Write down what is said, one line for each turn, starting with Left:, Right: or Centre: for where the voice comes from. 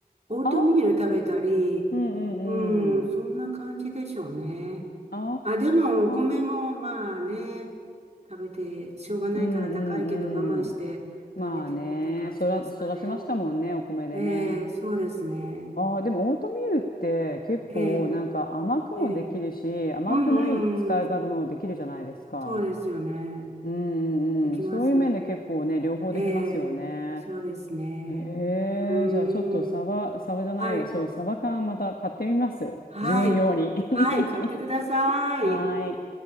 Right: オートミール食べたり、
Left: ああ、うんう
Right: うん、
Left: んうん。
Right: そんな感じでしょうね。
Left: あ
Right: あ、でも、お米もまあね、
Left: あ、
Right: 食べて、しょうがないから高いけど我慢して食べてるって感じですかね。
Left: うんうんうん。まあね、育、育ちましたもんね、お米でね。
Right: ええ、そうですね。
Left: ああ、でもオートミールって結構なんか甘くもできるし、
Right: ええ、ええ、
Left: 甘くない使い方もできるじゃないですか。
Right: うんうんうん、そうですよね。
Left: うんう
Right: できますね。
Left: んうん。そういう面で結構ね、両方できますよね。
Right: ええ、そうですね。
Left: へ
Right: うーん。
Left: え、じゃあちょっとサバ、サバじゃないや、
Right: はい。
Left: そう、サバ缶また買ってみます。
Right: はい。
Left: 自分用に。<laughs>
Right: はい。買ってください。
Left: はーい。